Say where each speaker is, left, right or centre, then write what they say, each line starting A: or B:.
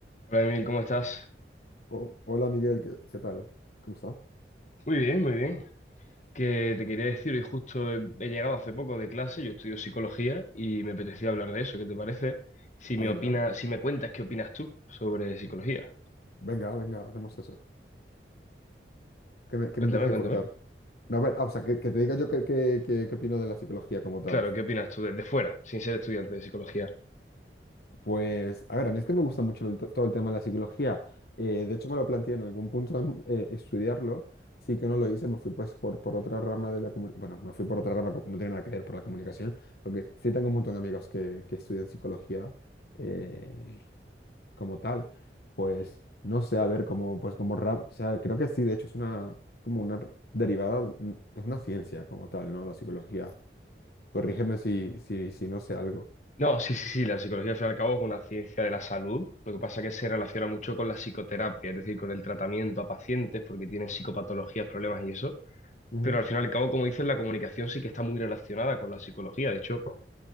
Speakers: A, on the left; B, on the left.
A: Hola Emil, ¿cómo estás?
B: Oh, hola Miguel, ¿qué, qué tal? ¿Cómo estás?
A: Muy bien, muy bien. Que te quería decir, hoy justo he, he llegado hace poco de clase, yo estudio psicología y me apetecía hablar de eso. ¿Qué te parece? Si me
B: Ah, venga,
A: opinas, si me cuentas qué opinas tú sobre psicología.
B: venga, venga, hacemos eso. ¿Qué me, qué
A: Cuéntame,
B: me tienes que
A: cuéntame.
B: contar? No, a ver, ah, o sea, que, que te diga yo qué, qué, qué- qué opino de la psicología como tal.
A: Claro, ¿qué opinas tú desde fuera, sin ser estudiante de psicología?
B: Pues, a ver, a mí es que me gusta mucho el t- todo el tema de la psicología. Eh, de hecho, me lo planteé en algún punto em, eh, estudiarlo. Sí que no lo hice, me fui pues por, por otra rama de la comunicación. Bueno, me fui por otra rama, co- no tiene nada que ver por la comunicación, porque sí tengo un montón de amigos que, que estudian psicología. eh, como tal. Pues no sé, a ver, como, pues como rama, o sea, creo que sí, de hecho es una, es como una derivada, mm, es una ciencia como tal, ¿no? La psicología. Corrígeme si, si, si no sé algo.
A: No, sí, sí, sí, la psicología al fin y al cabo es una ciencia de la salud. Lo que pasa es que se relaciona mucho con la psicoterapia, es decir, con el tratamiento a pacientes porque tienen psicopatologías, problemas y eso.
B: Ujú,
A: Pero al fin y al cabo, como dices, la comunicación sí que está muy relacionada con la psicología. De hecho,